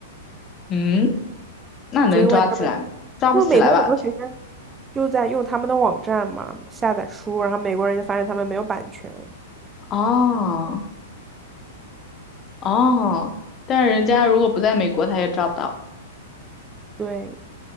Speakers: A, on the left (about 30°); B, on the right (about 20°).
A: 嗯，那能抓起来吗？
B: 就因为他们，
A: 抓不起来吧？
B: 因为美国很多学生就在用他们的网站嘛下载书，然后美国人就发现他们没有版权，
A: 哦哦，但是人家如果不在美国，他也抓不到。
B: 对。